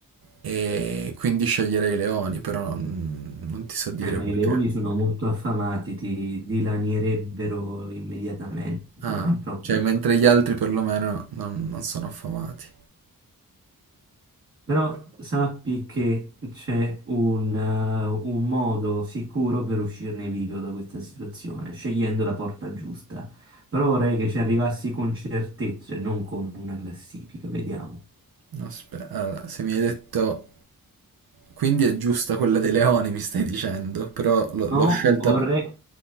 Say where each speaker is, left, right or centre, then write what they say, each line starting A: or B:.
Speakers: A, on the right; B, on the right.
A: e quindi sceglierei Leoni, però non, non ti so dire
B: Eh, ma
A: perché.
B: i leoni sono molto affamati, ti dilanierebbero immediatamente,
A: Ah,
B: non è proprio...
A: cioè mentre gli altri perlomeno non non sono affamati.
B: Però sappi che c'è un, eh, un modo sicuro per uscirne vivo da questa situazione, scegliendo la porta giusta. Però vorrei che ci arrivassi con certezze, non con una classifica, vediamo.
A: Aspetta, allora, se mi hai detto... Quindi è giusta quella dei leoni, mi stai dicendo, però l'ho
B: No,
A: l'ho scelta,
B: vorrei,
A: per-